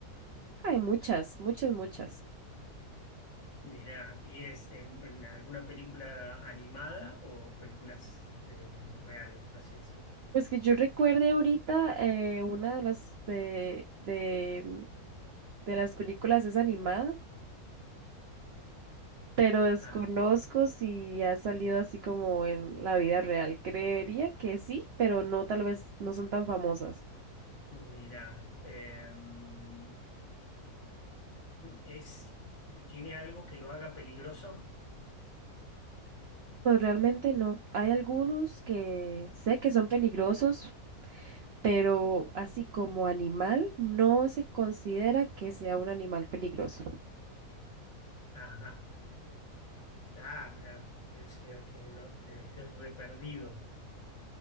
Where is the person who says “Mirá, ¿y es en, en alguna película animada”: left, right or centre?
Left